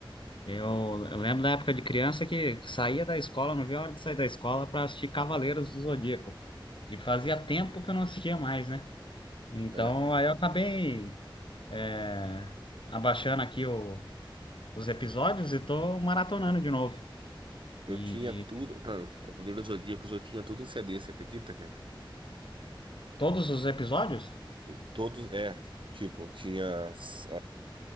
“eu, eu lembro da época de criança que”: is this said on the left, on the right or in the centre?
Left